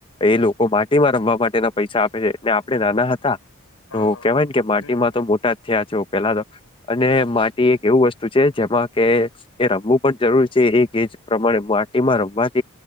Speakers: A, on the left (about 25°); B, on the left (about 75°).
A: એ લોકો માટીમાં રમવા માટેના પૈસા આપે છે, ને આપણેે નાના હતા. તો
B: હા હા
A: કેવાય
B: હા
A: ને કે માટીમાં
B: હમ
A: તો મોટા જ થયા છો. પેલા તો અને માટી એક એવું વસ્તુ છે, જેમાં કે. એ રમવું પણ જરૂરી છે, એ <unintelligible> પ્રમાણે. રમવા